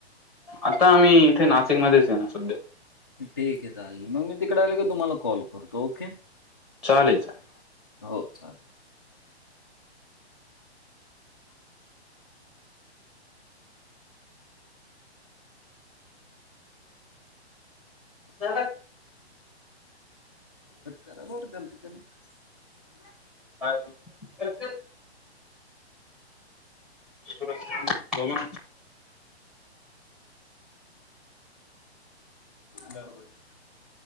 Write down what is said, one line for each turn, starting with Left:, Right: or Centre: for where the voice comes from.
Centre: आता आम्ही इथे, नाशिकमध्येध्येचे ना सध्या.
Left: ठीके चालेल मग मी तिकडे आलो की, तुम्हाला कॉल करतो ओके.
Centre: चालेल चालेल.
Left: हो चालेल.
Centre: झाला.
Left: कट करा मोप झाल कमी करा.
Centre: हॅलो <unintelligible> सुरज गोलमा
Left: दार उघडं